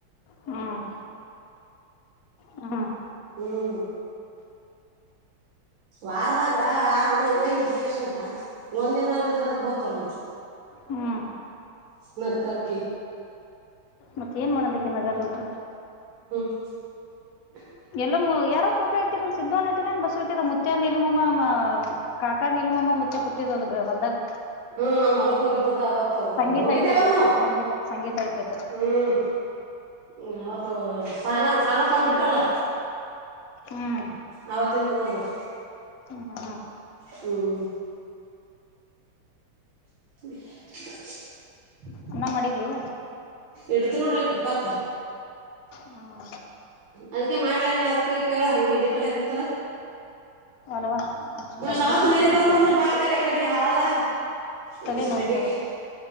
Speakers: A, on the left; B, on the right.
A: ಹ್ಮ್ ಹ್ಮ್
B: ಹ್ಮ್ ವಾರದಾಗ ಆರ್ ದಿನ ಇಲ್ಲೇ ಇದಕೇಶನ್ದ ಒಂದ್ ದಿನ ಅಲ್ಲ ಇದ್ರೆ ಅದಕ್ ಬತದದ್
A: ಹ್ಮ್
B: ನಗ್ತಳಕಿ
A: ಮತ್ತೆ ಏನ್ ಮಾಡೋದಕ್ಕೆ ನಗದ ಗೊದ
B: <unintelligible>
A: ಎಲ್ಲ ಯಾರ ಫೋಟೋ ಇಟ್ಟಿರ ಸಿದ್ದೊಂಡ್ ಇಟ್ಟರ ಬಸ್ ಇಟ್ಟಿರ ಮ ಮುುತ್ತ ನೀಲಮಮ್ಮ ಕಾಕಾ ನೀ ಮಮ್ಮ ಮುಚ್ಚೆ ಕುಟ್ಟಿದ್ ಒಂದು ಹೊಲದಾಗ
B: ಹ್ಮ್ ನಮ್ ಹಲಕ್ ಹೋಗಿದ್ದದ ಅವತ್
A: ಸಂಗೀತ
B: ಹೋಗಿದ್ದೇವಲ್
A: ಇಟ್ಟಿದ್ಲದು
B: ನಾವು್
A: ಸಂಗೀತ ಸಂಗೀತ ಇಟ್ಟಿದ್ಲು
B: ಹ್ಮ್ ್ಮ ಅವತ್ತು ಸಾನ ಸಾನಕಂದ ಬಿಟ್ರಲ್ಲ
A: ಹ್ಮ್
B: ಅವತ್ತಿಂದ ಹೋಗೋಗ
A: ಹ್ಮ್ ಹ್ಮ್
B: ಹ್ಮ್ ಹ
A: ಉಣ್ಣ ಮಾಡಿದ್ದೀವಿ
B: ಎಡ್ತನಡ್ರ ಕುಕ್ಕರ್ಕ್ಕೆ
A: ಹ್ಮ್
B: ಅದಕ ಮಾಡ್ಲೇನೆ ಅದ್ಕ್ಕೆ ಕೇಳ ಹಂಗಗೆ ಹಂಡಿ ಪಲ್ಯದ ಇತ್ತಲ್ಲ
A: ಅಲ್ವಾ ಸುಮ್ನೆ ಉಪ್ಪಿಟ್
B: ಶಾವತ್
A: ಮಾಡ್ತೇಕಂತಲ್ಲ
B: ನೀರಿ ಬಂದ್ ನಂದ್ರ ಬಾತಳ ಕಡೆ ಹಾಲ ಹ್ಮ್
A: ತಲೆ ನೋಡ್ಸ್ಲಾಗತ್ತ
B: ಬೆಂಡಿಕೈ